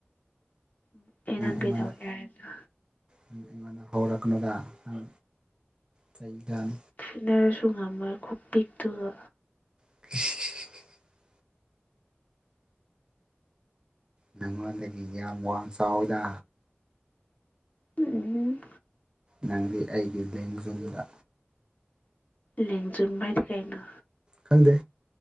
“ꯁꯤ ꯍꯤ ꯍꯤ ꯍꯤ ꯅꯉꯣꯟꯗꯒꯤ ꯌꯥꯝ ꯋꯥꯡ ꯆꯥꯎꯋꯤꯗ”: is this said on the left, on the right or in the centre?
Right